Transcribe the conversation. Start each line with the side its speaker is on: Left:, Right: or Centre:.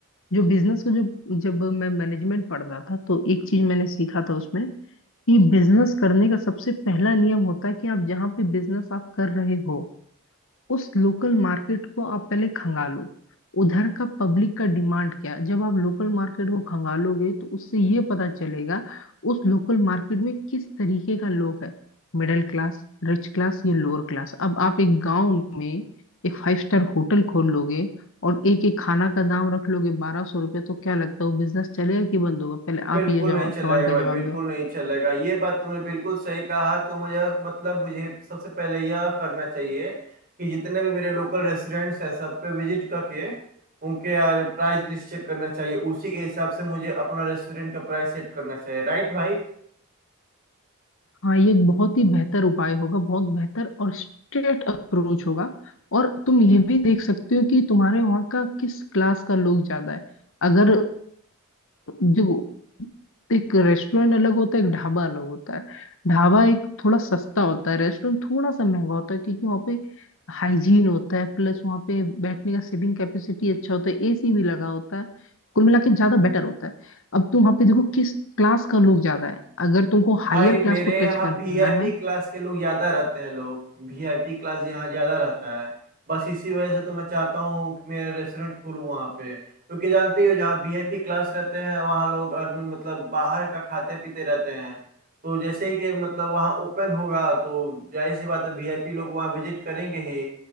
Left: जो बिजनेस का जो जब मैं मैनेजमेंट पढ़ रहा था तो एक चीज मैंने सीखा था उसमें कि बिजनेस करने का सबसे पहला नियम होता है कि आप जहाँ पे बिजनेस आप कर रहे हो उस लोकल मार्केट को आप पहले खंगालो उधर का पब्लिक का डिमांड क्या है जब आप लोकल मार्केट को खंगालोगे तो उससे ये पता चलेगा उस लोकल मार्केट में किस तरीके का लोग है मिडिल क्लास रिच क्लास या लोअर क्लास अब आप एक गांव में एक फाइव स्टार होटल खोल लोगे और एक एक खाना का दाम रख लोगे बारह सौ रुपये तो क्या लगता है वो बिजनेस चलेगा कि बंद होगा पहले
Right: बिल्कुल
Left: आप ये जवाब
Right: नहीं चलेगा
Left: सवाल का जवाब
Right: बिल्कुल
Left: दो
Right: नहीं चलेगा ये बात तुमने बिल्कुल सही कहा तो मुझे मतलब मुझे सबसे पहले यह करना चाहिए कि जितने भी मेरे लोकल रेस्टोरेंट्स हैं सब पे विजिट करके उनके यार प्राइस लिस्ट चेक करना चाहिए उसी के हिसाब से मुझे अपना रेस्टोरेंट का प्राइस सेट करना चाहिए राइट भाई
Left: हाँ ये एक बहुत ही बेहतर उपाय होगा बहुत बेहतर और स्ट्रेट अप्रोच होगा और तुम ये भी देख सकते हो कि तुम्हारे वहाँ का किस क्लास का लोग ज्यादा है अगर जो एक रेस्टोरेंट अलग होता है एक ढाबा अलग होता है ढाबा एक थोड़ा सस्ता होता है रेस्टोरेंट थोड़ा सा महंगा होता है क्योंकि वहाँ पे हाइजीन होता है प्लस वहाँ पे बैठने का सीटिंग कैपेसिटी अच्छा होता है एसी भी लगा होता है कुल मिला के ज्यादा बेटर होता है अब तुम वहाँ पे देखो किस क्लास का लोग ज्यादा है अगर तुमको
Right: भाई
Left: हायर
Right: मेरे
Left: क्लास को टच
Right: यहाँ
Left: करना
Right: वीआईपी
Left: है
Right: क्लास के लोग ज्यादा रहते हैं लोग वीआईपी क्लास यहाँ ज्यादा रहता है बस इसी वजह से तो मैं चाहता हूँ कि मेरा रेस्टोरेंट खुलूँ वहाँ पे क्योंकि जानते ही हो जहाँ वीआईपी क्लास रहते हैं वहाँ लोग और मतलब बाहर का खाते पीते रहते हैं तो जैसे ही कि मतलब वहाँ ओपन होगा तो जाहिर सी बात है वीआईपी लोग वहाँ विजिट करेंगे ही